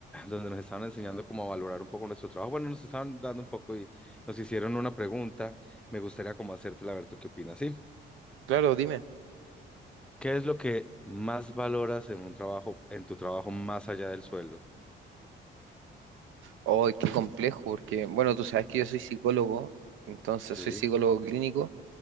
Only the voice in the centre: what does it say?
donde nos estaban enseñando cómo a valorar un poco nuestro trabajo. Bueno, nos estaban dando un poco y nos hicieron una pregunta. Me gustaría como hacértela a ver tú qué opinas, ¿sí?
¿Qué es lo que más valoras en un trabajo, en tu trabajo más allá del sueldo?
Sí,